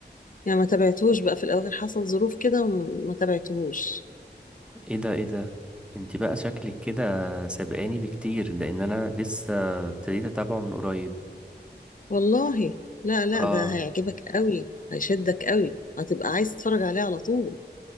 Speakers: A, on the left (about 50°); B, in the centre.
A: يعني ما تابعتهوش بقى في الاواخر حصل ظروف كده وما تابعتهوش
B: ايه ده ايه ده انتي بقى شكلك كده سابقاني بكتير لان انا لسه ابتديت اتابعه من قريب
A: والله لا لا
B: اه
A: ده هيعجبك قوي هيشدك قوي هتبقى عايز تتفرج عليه على طول